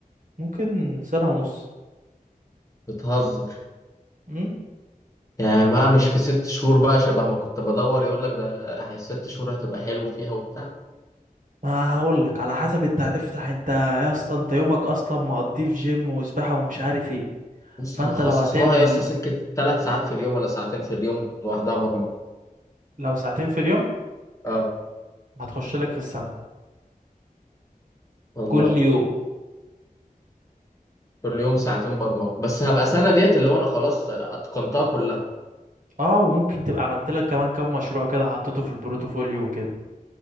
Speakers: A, on the right; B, on the left.
A: ممكن سنة ونص
B: بتهزر
A: امم
B: يعني بقى مش في ست شهور بقى شبه ما كنت بدور يقول لك ده هي ست شهور هتبقى حلو فيها وبتاع
A: ما هقول لك على حسب انت هتفتح انت يا اسطى انت يومك اصلا مقضيه في جيم وسباحة ومش عارف ايه
B: بص
A: فانت
B: انا هخصص
A: لو هتعمل
B: لها يا اسطى سكة ثلاث ساعات في اليوم ولا ساعتين في اليوم لوحدها برمجة
A: لو ساعتين في اليوم
B: اه
A: هتخش لك في السنة
B: والله
A: كل يوم
B: كل يوم ساعتين برمجة بس هبقى سنة ديت اللي هو انا خلاص اتقنتها كلها
A: اه وممكن تبقى عملت لك كمان كام مشروع كده حطيته في البروتوفوليو وكده